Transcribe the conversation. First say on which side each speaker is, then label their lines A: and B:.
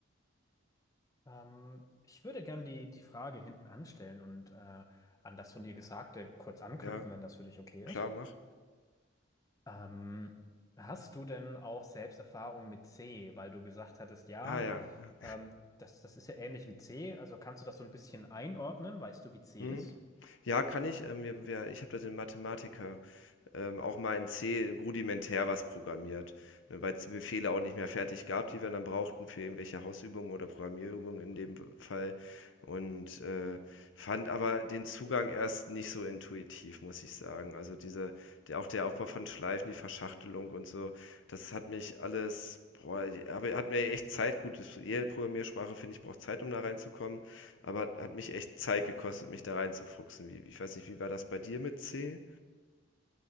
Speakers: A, on the left; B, on the left.
A: Ähm, ich würde gern die, die Frage hinten anstellen und äh, an das von dir Gesagte kurz anknüpfen,
B: Ja,
A: wenn das für dich okay
B: klar,
A: ist.
B: mach.
A: Ähm, hast du denn auch selbst Erfahrung mit C, weil du gesagt hattest, ja,
B: Ah ja. ja.
A: ähm, das, das ist ja ähnlich wie C, also kannst du das so ein bisschen einordnen? Weißt du, wie C
B: Hm?
A: ist?
B: Ja, kann ich. Ähm, wir, wir, ich habe da den Mathematiker ähm, auch mal in C rudimentär was programmiert, ne, weil es die Befehle auch nicht mehr fertig gab, die wir dann brauchten für irgendwelche Hausübungen oder Programmierübungen in dem Fall. Und äh, fand aber den Zugang erst nicht so intuitiv, muss ich sagen. Also diese, der, auch der Aufbau von Schleifen, die Verschachtelung und so, das hat mich alles, boah, ich- aber hat mir echt Zeit, gut, das- jede Programmiersprache, finde ich, braucht Zeit, um da reinzukommen. Aber hat, hat mich echt Zeit gekostet, mich da reinzufuchsen. Wie, ich weiß nicht, wie war das bei dir mit C?